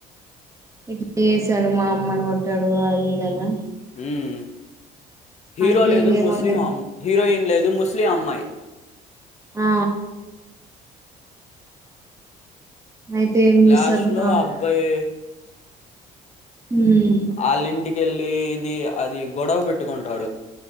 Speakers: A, on the right; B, on the left.
A: ఇట్ చేసాడు మా అమ్మను కొట్టాడు అది ఇదనా
B: మ్ హీరో
A: అయితే
B: లేదు
A: ఏమంటది
B: ముస్లింమ్ అమ్ హీరోయిన్ లేదు ముస్లిం అమ్మాయి
A: ఆ అయితే చేస్తారు
B: లాస్ట్ లో
A: తర్వాత
B: ఆ అబ్బాయి
A: మ్
B: వాళ్ళ ఇంటికెళ్ళి ఇది అది గొడవ పెట్టుకుంటాడు